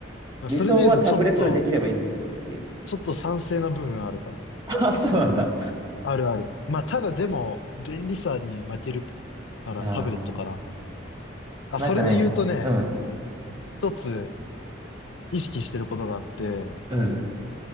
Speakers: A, on the left; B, on the right.
A: まあそれで言うと、
B: 理想はタブレットでできればいいんだけどっていう。
A: ちょっと、ちょっと賛成な部分あるかも。
B: <laughs> あ、そうなんだ。
A: あるある。まあ、ただでも、便利さに負けるからタブレットかな。
B: あ
A: あ、
B: あ、
A: それで言うとね、
B: なんかね、うん、
A: 一つ意識してることがあって、
B: うん、